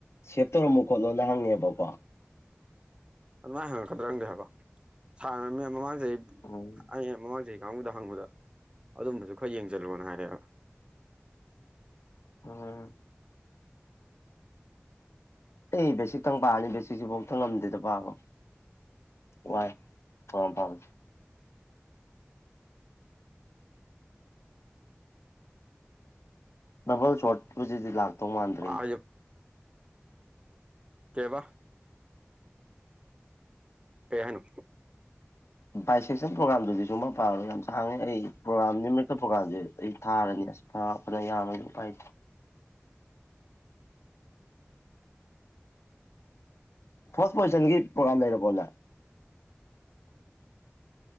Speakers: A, on the left; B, on the right.
A: ꯁꯦꯞ ꯇꯧꯔꯝꯃꯣ ꯈꯣꯠꯂꯣꯅ ꯍꯪꯉꯦꯕꯀꯣ
B: ꯑꯗꯨꯃꯥꯏꯅ ꯍꯪꯉꯛꯀꯗ꯭ꯔꯪꯗꯦ ꯍꯥꯏꯕ ꯁꯥꯔꯅ ꯃꯃꯥꯡ ꯆꯍꯤꯩ
A: ꯎꯝ
B: ꯑꯩ ꯃꯃꯥꯡ ꯆꯍꯤꯩ ꯍꯥꯡꯕꯨꯗ ꯍꯪꯕꯗ ꯑꯗꯨꯝꯕꯁꯨ ꯈꯔ ꯌꯦꯡꯁꯤꯜꯂꯣꯅ ꯍꯥꯏꯔꯛꯑꯦꯕ
A: ꯑ ꯑꯩ ꯕꯦꯁꯤꯛꯇꯪ ꯄꯥꯅꯤ ꯕꯦꯁꯤꯛꯁꯤꯐꯥꯎ ꯊꯪ ꯉꯝꯗꯦꯗ ꯄꯥꯕ ꯋꯥꯏ ꯐ ꯄꯥꯝ ꯗꯕꯜ ꯁꯣꯔꯠꯄꯨꯁꯤꯗꯤ ꯂꯥꯛꯇꯧ ꯃꯥꯟꯗ꯭ꯔꯦ
B: ꯄꯥꯖꯦ
A: ꯑꯩꯗꯤ
B: ꯀꯕꯥ ꯀꯦꯍꯅꯨ
A: ꯚꯏ ꯁꯦꯛꯁꯟ ꯄ꯭ꯔꯣꯒꯥꯝꯗꯨꯗꯤ ꯁꯨꯝꯕ ꯄꯥꯔꯣ ꯌꯥꯝ ꯁꯥꯡꯉꯦ ꯑꯩ ꯄ꯭ꯔꯣꯒꯥꯝ ꯅꯨꯃꯤꯛꯇ ꯄ꯭ꯔꯣꯒꯥꯝꯁꯦ ꯑꯩ ꯊꯥꯔꯅꯤ ꯄꯗ ꯌꯥꯝꯗꯨ ꯄꯥꯏ
B: <inaudible>
A: ꯐꯥꯔꯁ ꯄꯣꯖꯤꯁꯟꯒꯤ ꯄ꯭ꯔꯣꯒꯥꯝ ꯂꯩꯔꯕꯣꯂ